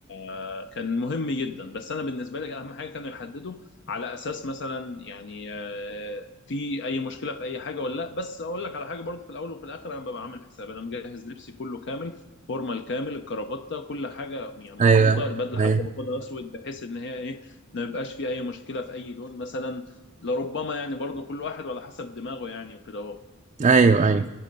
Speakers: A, on the left; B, on the right.
A: آه، كان مهم جدا بس انا بالنسبه لي اهم حاجه كانوا يحددوا على اساس مثلا يعني آه، في اي مشكله في اي حاجه ولا لا بس اقول لك على حاجه برضو في الاول وفي الاخر انا ببقى عامل حساب انا مجهز لبسي كله كامل الفورمه الكامل الكرافته كل حاجه يعني
B: ايوه
A: مظبوطه البدله
B: ايوه
A: حتى باخدها اسود بحيث ان هي ايه ما يبقاش في اي مشكله في اي لون مثلا لربما يعني برضو كل واحد على حسب دماغه يعني وكده اهو
B: ايوه ايوه